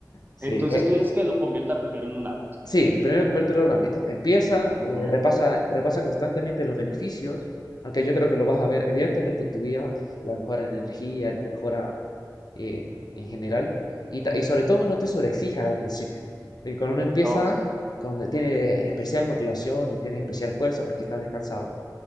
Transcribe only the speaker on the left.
Sí,
e-
Sí, primero convertirlo en un hábito. Empieza,
eh, repasa, repasa constantemente los beneficios, aunque yo creo que lo vas a ver evidentemente en tu vida, la mejora en energía y la mejora eh, en general. Y, ta- y sobre todo no te sobreexijas al principio, porque cuando uno empieza,
cuando tiene especial motivación y tienes especial fuerza porque estás descansado,